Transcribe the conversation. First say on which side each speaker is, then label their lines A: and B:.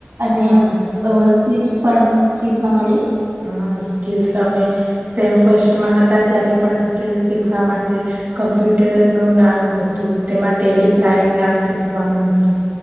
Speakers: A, on the right (about 80°); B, on the right (about 45°).
A: અને
B: હા
A: અમારે હિલ્સ પણ શીખવા મળી.
B: હા, સ્કિલ્સ અમે સેમ ફર્સ્ટમાં હતા ત્યારે પણ સ્કિલ્સ શીખવા માટે કમ્પ્યુટરનું નામ હતું, તેમાં ટેલિપ્રાાઈમ નામ શીખવાનું હતું.